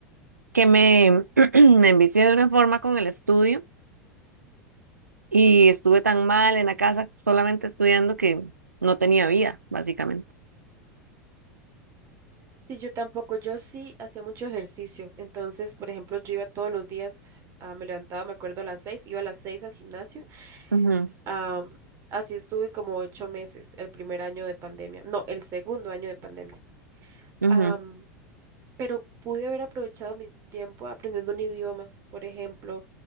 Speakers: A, on the right; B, on the right.
A: que me, <clears throat> me envicié de una forma con el estudio Y estuve tan mal en la casa solamente estudiando que no tenía vida, básicamente.
B: Sí, yo tampoco, yo sí hacía mucho ejercicio. Entonces, por ejemplo, yo iba todos los días, ah, me levantaba, me acuerdo, a las seis, iba a las seis al gimnasio.
A: Ujú,
B: Ah, así estuve como ocho meses, el primer año de pandemia, no, el segundo año de pandemia.
A: ujú.
B: Ah, pero pude haber aprovechado mi tiempo aprendiendo un idioma, por ejemplo,